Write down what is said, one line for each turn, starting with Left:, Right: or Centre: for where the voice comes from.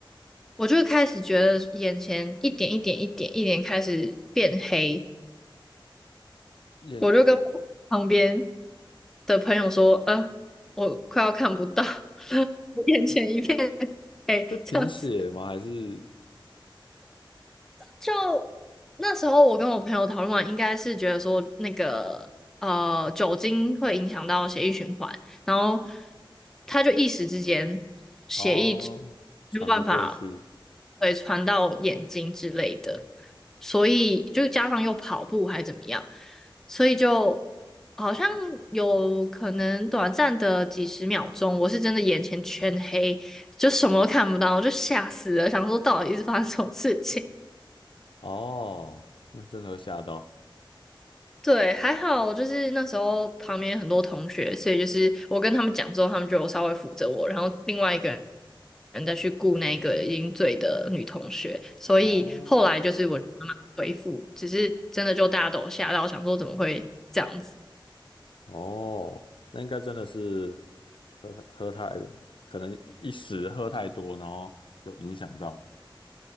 Centre: 我就开始觉得眼前一点一点一点一点开始变黑，
Left: 眼
Centre: 我就跟我旁边的朋友说，呃，我快要看不到，<laughs> 我眼前一片黑，
Left: 是贫血吗？
Centre: 这样子。
Left: 还是？
Centre: 就那时候我跟我朋友讨论完，应该是觉得说那个呃酒精会影响到血液循环，然后他就一时之间血液
Left: 哦，传不过去，
Centre: 没有办法对传到眼睛之类的，所以就加上又跑步还怎么样，所以就好像有可能短暂的几十秒钟，我是真的眼前全黑，就什么都看不到，我就吓死了，想说到底是发生什么事情。
Left: 哦，那真的会吓到，
Centre: 对，还好，就是那时候旁边很多同学，所以就是我跟他们讲之后，他们就有稍微扶着我，然后另外一个人再去顾那个已经醉的女同学，所以后来就是我慢慢恢复，
Left: 哦
Centre: 只是真的就大家都有吓到，想说怎么会这样子？
Left: 哦，那应该真的是喝喝太，可能一时喝太多，然后有影响到。